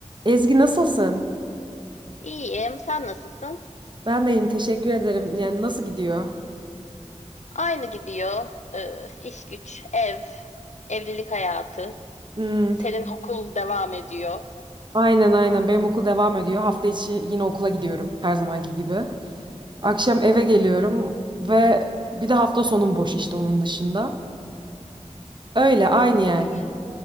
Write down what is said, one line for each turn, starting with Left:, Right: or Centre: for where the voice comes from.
Right: Ezgi nasılsın?
Left: İyiyim. Sen nasılsın?
Right: Ben de iyiyim, teşekkür ederim. Yani nasıl gidiyor?
Left: Aynı gidiyor. Ee, iş güç, ev, evlilik hayatı.
Right: Hmm,
Left: Senin okul devam ediyor.
Right: aynen aynen benim okul devam ediyor. Hafta içi yine okula gidiyorum her zamanki gibi. Akşam eve geliyorum ve bir de hafta sonum boş işte onun dışında. Öyle aynı
Left: Çok
Right: yani.
Left: iyi.